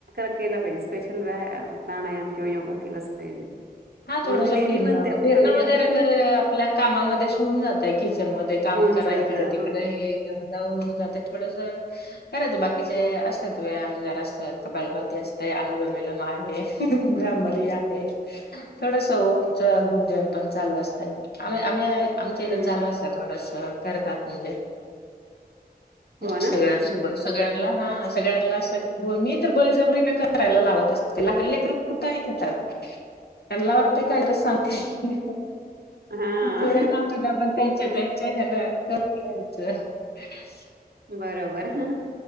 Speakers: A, on the right; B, on the left.
A: केलं पाहिजे स्पेशल व्यायाम प्राणायाम किंवा योगा केलाच पाहिजे
B: हा थोडसं
A: मग मी नेहमी
B: फिरणं
A: म्हणते आपण
B: फिरणं
A: करूया
B: वगैरे
A: हं.
B: तर आपल्या कामामध्येच होऊन जातं की किचन मध्ये काम
A: होऊन
B: करा
A: जात
B: इकडं
A: हा
B: तिकडं हे घेऊन जा हे होऊन जातं थोडसं करायच बाकीचे असतात व्यायाम जरासं कपालभाती असतंय जर अनुलम विलम आहे <inaudible> आहे थोडस ओमचं गुंजन पण चालू असतं आ आम्ही आमच्या
A: हम्म
B: इथं चालू असतात थोडसं बरोबर करतात म्हणजे
A: हो ना
B: सगळ्यांसोबत,
A: हम्म
B: सगळ्यांना हा सगळ्यांना असं हो मी तर बळजबरीनं करायला, लावत असते लहान लेकरं कुठे ऐकतात. त्यांना वाटतं <unintelligible> काहीतरी सांगती
A: हा
B: थोड्या कामाला पण त्यांच्या, त्यांच्या ह्याला कमी हाय तर <unintelligible>
A: बरोबर हं हं